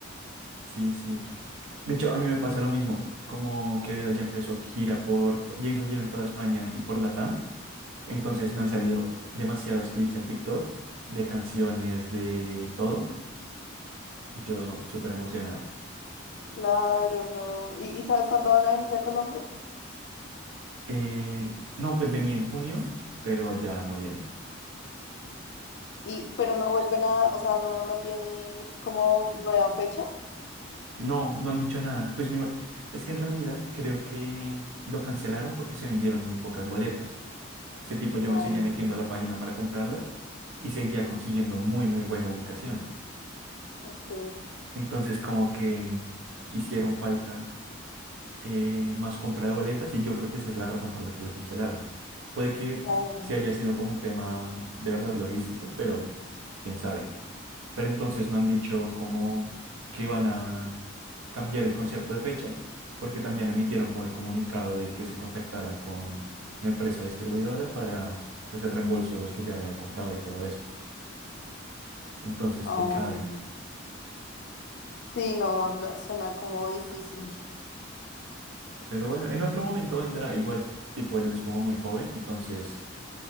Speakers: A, on the right; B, on the left.
A: Sí, sí. De hecho, a mí me pasa lo mismo. Como Quevedo ya empezó gira por, ya hizo gira en toda España y por Latam. Entonces me han salido demasiados clips en TikTok de canciones, de todo Y yo súper emocionado.
B: Claro, no. ¿Y, y sabes cuándo van a venir a Colombia?
A: Eh, no, pues venía en junio, pero ya no viene.
B: Y, pero no vuelven a, o sea, no, no tiene como nueva fecha.
A: No, no han dicho nada. Pues mi- es que en realidad creo que lo cancelaron porque se vendieron muy pocas boletas. Ese tipo yo
B: Oh,
A: me seguía metiendo a la página para comprarlas y seguía consiguiendo muy, muy buena ubicación.
B: ok,
A: Entonces como que hicieron falta eh, más compra de boletas y yo creo que esa es la razón por la que la cancelaron. Puede que
B: claro.
A: sí haya sido como un tema de verdad logístico, pero quién sabe. pero entonces no han dicho cómo que van a cambiar el concierto de fecha, porque también emitieron como el comunicado de que se contactaran con la empresa distribuidora para pues el reembolso de los que ya le habían comprado y todo eso. Entonces,
B: Oh.
A: quién sabe.
B: Sí, no, la- suena como difícil.
A: Pero bueno, en otro momento vendrá. Igual, tipo, él es como muy joven, entonces,